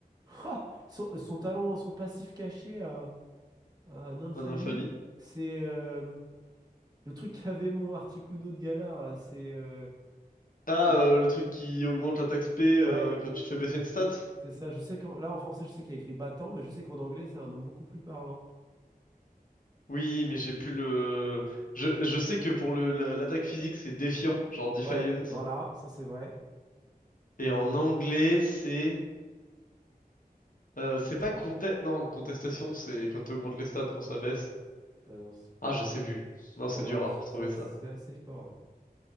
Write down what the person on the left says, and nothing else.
En Nymphalie.
Ah,
euh, le truc qui augmente l'attaque spé euh,
quand tu te fais baisser une stat.
Oui, mais j'ai plus le... Je, je sais que pour le la- l'attaque physique, c'est défiant, genre Defiant.
Et en anglais, c'est... euh, c'est pas contest... Non, contestation, c'est quand tu augmentes les stats, quand ça baisse.
Ah, je sais plus. Non, c'est
dur à retrouver
ça.